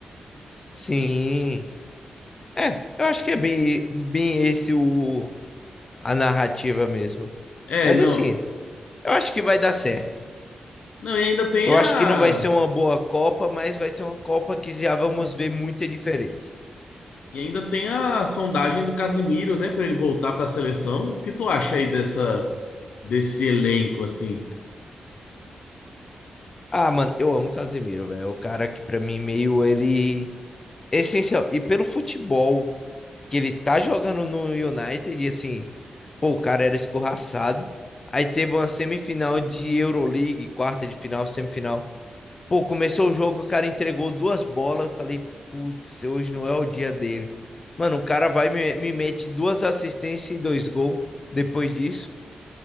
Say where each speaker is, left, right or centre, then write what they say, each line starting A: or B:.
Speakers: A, on the left (about 25°); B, on the left (about 85°).
A: Sim. É, eu acho que é bem, bem esse o, a narrativa mesmo.
B: É,
A: Mas
B: não.
A: assim, eu acho que vai dar certo.
B: Não, e ainda tem
A: Eu
B: a
A: acho que não vai ser uma boa Copa, mas vai ser uma Copa que já vamos ver muita diferença.
B: e ainda tem a sondagem do Casimiro, né, pra ele voltar pra seleção. O que tu acha aí dessa desse elenco assim?
A: Ah, mano, eu amo o Casemiro, velho. É o cara que pra mim meio ele é essencial. E pelo futebol que ele tá jogando no United, e assim, pô, o cara era escorraçado. Aí teve uma semifinal de Euroleague, quarta de final, semifinal Pô, começou o jogo, o cara entregou duas bolas. Falei, putz, hoje não é o dia dele. Mano, o cara vai e me, me mete duas assistências e dois gols depois disso.